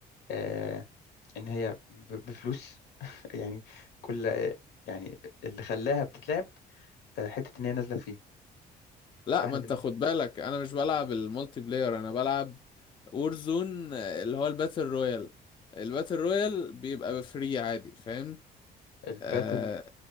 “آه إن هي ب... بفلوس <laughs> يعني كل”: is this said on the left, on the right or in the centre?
Left